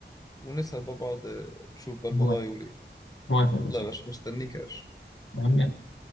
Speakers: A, on the left (about 20°); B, on the left (about 85°).
A: ونسأل بقى بعض آه، نشوف بقى الموضوع
B: موافق
A: يقول ايه
B: موافق يا باشا
A: يلا يا باشا مستنيك يا باشا
B: يا عم يلا.